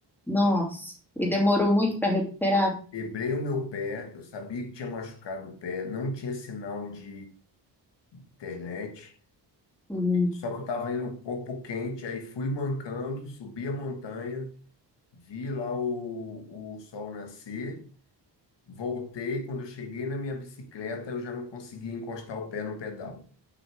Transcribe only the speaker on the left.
Quebrei o meu pé, eu sabia que tinha machucado o pé, não tinha sinal de internet,
só que eu estava indo com o corpo quente, aí fui mancando, subi a montanha, vi lá o, o sol nascer, Voltei, quando eu cheguei na minha bicicleta, eu já não conseguia encostar o pé no pedal.